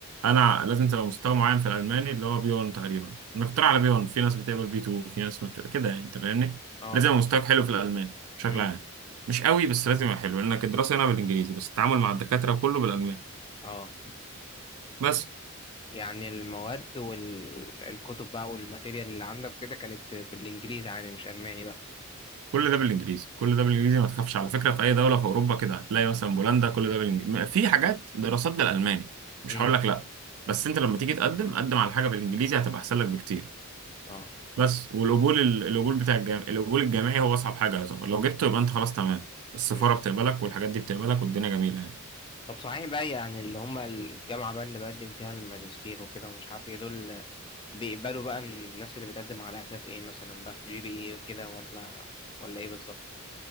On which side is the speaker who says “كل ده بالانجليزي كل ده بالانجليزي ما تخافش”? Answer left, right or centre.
Right